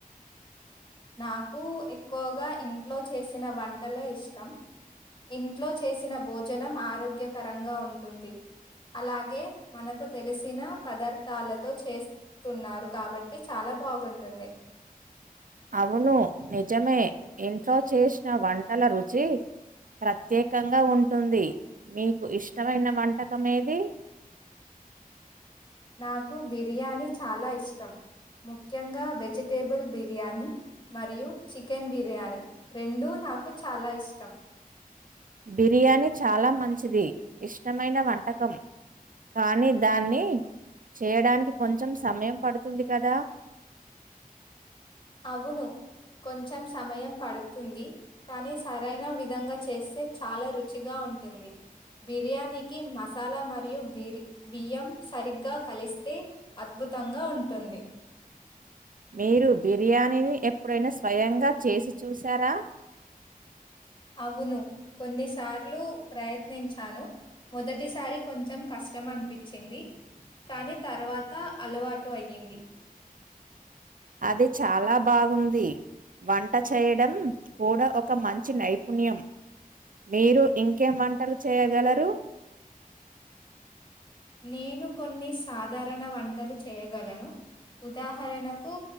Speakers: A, on the left (about 35°); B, on the right (about 65°).
A: నాకు ఎక్కువగా ఇంట్లో చేసిన వంటలే ఇష్టం ఇంట్లో చేసిన భోజనం ఆరోగ్యకరంగా ఉంటుంది అలాగే మనకు తెలిసిన పదార్థాలతో చేస్తున్నారు కాబట్టి చాలా బాగుంటుంది
B: అవును నిజమే ఇంట్లో చేసిన వంటల రుచి ప్రత్యేకంగా ఉంటుంది మీకు ఇష్టమైన వంటకం ఏది <inaudible>
A: నాకు బిర్యానీ చాలా ఇష్టం ముఖ్యంగా వెజిటేబుల్ బిర్యానీ మరియు చికెన్ బిర్యానీ రెండూ నాకు చాలా ఇష్టం
B: బిర్యానీ చాలా మంచిది ఇష్టమైన వంటకం కానీ దాన్ని చేయడానికి కొంచెం సమయం పడుతుంది కదా <inaudible>
A: అవును కొంచెం సమయం పడుతుంది కానీ సరైన విధంగా చేస్తే చాలా రుచిగా ఉంటుంది బిర్యానీకి మసాలా మరియు బిరి బియ్యం సరిగ్గా కలిస్తే అద్భు అద్భుతంగా ఉంటుంది
B: మీరు బిర్యానీని ఎప్పుడైనా స్వయంగా చేసి చూశారా
A: అవును కొన్నిసార్లు ప్రయత్నించాను మొదటిసారి కొంచెం కష్టం అనిపించింది కాని తర్వాత అలవాటు అయ్యింది
B: అది చాలా బాగుంది వంట చేయడం కూడా ఒక మంచి నైఫ ణ్యం మీరు ఇంకేం వంటలు చేయగలరు
A: నేను కొన్ని సాధారణ వంటలు చేయగలను ఉదాహరణకు